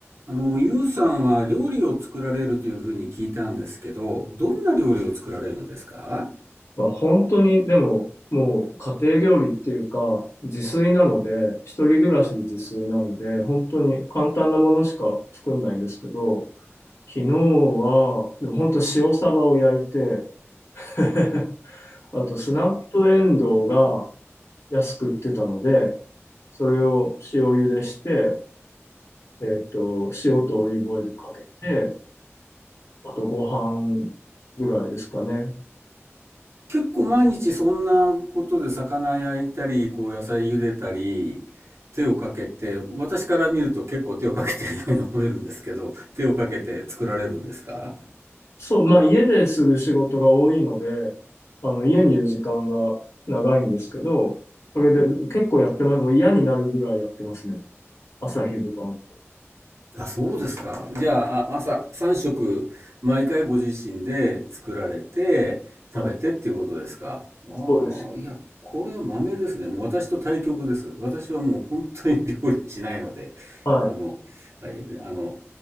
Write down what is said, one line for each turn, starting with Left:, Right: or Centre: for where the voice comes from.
Right: あの、ゆうさんは料理を作られるというふうに聞いたんですけど、どんな料理を作られるんですか
Left: まあ本当に、でも、もう家庭料理っていうか、自炊なので、一人暮らしで自炊なので、本当に簡単なものしか作んないんですけど、昨日は、でも本当塩サバを焼いて、<laughs> あとスナップエンドウが安く売ってたので、それを塩茹でして、えっと、塩とオリーブオイルかけて、あとご飯ぐらいですかね。
Right: 結構毎日そんなことで魚焼いたり、こう野菜茹でたり、手をかけて、私から見ると結構手をかけてるように思えるんですけど、手をかけて作られるんですか
Left: そう、まあ家でする仕事が多いので、あの家にいる時間が長いんですけど、それで結構やってます。もう嫌になるぐらいやってますね。朝昼晩。
Right: あ、そうですか。じゃあ、あ、朝3食、毎回ご自身で作られて、
Left: はい。
Right: 食べてっていうことですか。あ
Left: そうです。
Right: あ、いや、これは豆ですね。もう私と対極です。私はもう本当に料理しないので、
Left: はい。
Right: あの、はいあの、